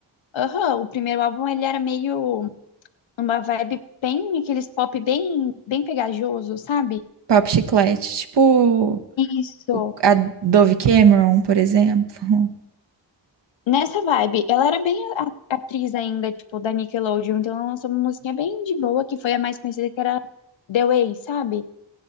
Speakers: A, on the left (about 80°); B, on the right (about 65°).
A: Aham, o primeiro álbum ele era meio uma vibe bem, aqueles pop bem, bem pegajoso, sabe?
B: Pop Chiclete. Tipo,
A: Isso.
B: o- a Dove Cameron, por exemplo. <laughs>
A: Nessa vibe, ela era bem a- a- atriz ainda, tipo, da Nickelodeon, então ela lançou uma musiquinha bem de boa, que foi a mais conhecida, que era The Way, sabe?